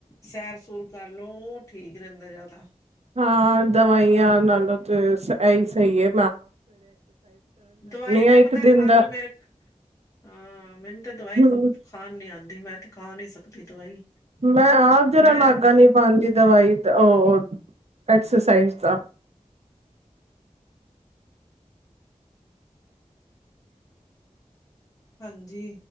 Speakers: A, on the left; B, on the right.
A: ਸੈਰ ਸੂਰ ਕਰ ਲੋ ਉਹ ਠੀਕ ਰਹਿੰਦਾ ਜ਼ਿਆਦਾ।
B: ਹਾਂ ਦਵਾਈਆਂ ਨਾਲੋ ਤੇ ਸ ਇਹੀ ਸਹੀ ਏ।
A: ਦਵਾਈ
B: ਹਾਂ
A: ਤੇ
B: ਇੱਕ
A: ਪਤਾ
B: ਦਿਨ
A: ਖਾਣ
B: ਦਾ
A: ਨ ਮੇਰੇ ਹਹ ਮੈਨੂੰ ਤਾਂ ਦਵਾਈ
B: ਹੂੰ
A: ਖਾਣ ਨੀ ਆਉਂਦੀ ਮੈਂ ਤੇ ਖਾ ਨਹੀਂ ਸਕਦੀ ਦਵਾਈ
B: ਮੈਂ ਆਪ ਜਦੋਂ
A: ਮੈਂ
B: ਨਾਗਾ ਨੀ ਪਾਉਂਦੀ ਦਵਾਈ ਉਹ ਐਕਸਰਸਾਈਜ਼ ਦਾ
A: ਹਾਂਜੀ